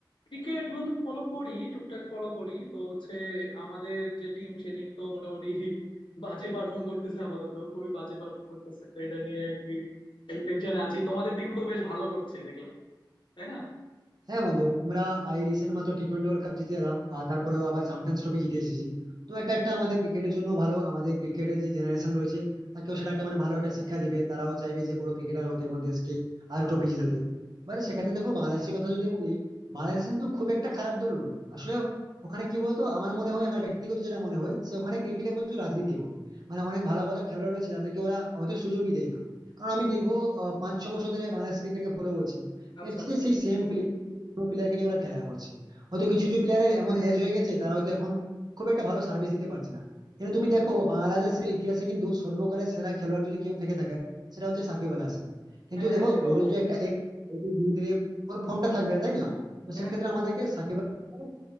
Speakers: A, on the left (about 80°); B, on the right (about 55°).
A: ক্রিকেট বন্ধু ফলো করি টুকটাক ফলো করি তো হচ্ছে আমাদের যে টিম সে টিম তো মোটামুটি <laughs> বাজে পারফর্ম করতেছে আপাতত খুবই বাজে পারফর্ম করতেছে তো এটা নিয়ে আর কি একটু টেনশনে আছি তোমাদের টিম তো বেশ ভালো করছে দেখলাম তাই না
B: হ্যাঁ বন্ধু আমরা এই রিসেন্ট মাত্র টি টোয়েন্টি ওয়ার্ল্ড কাপ জিতে এলাম আর তারপরেও আবার চ্যাম্পিয়ন্স ট্রফি জিতে এসেছি তো এটা একটা আমাদের ক্রিকেটের জন্য ভালো আমাদের ক্রিকেটের যে জেনারেশন রয়েছে তাকেও সেটা একটা মানে ভালো একটা শিক্ষা দিবে তারাও চাইবে যে বড় ক্রিকেটার হতে এবং দেশকে আরো ট্রফি জেতাতে এবারে সেক্ষেত্রে দেখো বাংলাদেশের কথা যদি বলি বাংলাদেশ কিন্তু খুব একটা খারাপ দল নয় আসলে ওখানে কি বলতো আমার মনে হয় আমার ব্যক্তিগত যেটা মনে হয় যে ওখানে ক্রিকেটে প্রচুর রাজনীতি হয় মানে অনেক ভালো ভালো খেলোয়াড় রয়েছে যাদেরকে ওরা হয়তো সুযোগই দেয় না কারণ আমি দীর্ঘ আহ, পাঁচ ছ বছর ধরে বাংলাদেশ ক্রিকেটকে ফলো করছি
A: আচ্ছা
B: দেখছি
A: আচ্ছা
B: যে সেই সেম কোনো প্লেয়ারকে নিয়ে ওরা খেলা করছে হয়তো কিছু কিছু প্লেয়ারের এমন এজ হয়ে গেছে তারা হয়তো এখন খুব একটা ভালো সার্ভিস দিতে পারছে না কিন্তু তুমি দেখো বাংলাদেশের ইতিহাসে কিন্তু সর্বকালের সেরা খেলোয়াড় যদি কেউ থেকে থাকে সেটা হচ্ছে সাকিব আল হাসান কিন্তু
A: হ্যাঁ
B: দেখো
A: হ্যাঁ সে তো
B: ওরও
A: অবশ্যই
B: তো একটা age, ও তো ধীরে ধীরে ওর ফর্মটা থাকবে তাই না তো
A: হ্যাঁ
B: সেক্ষেত্রে আমাদেরকে সাকিব আল হাসান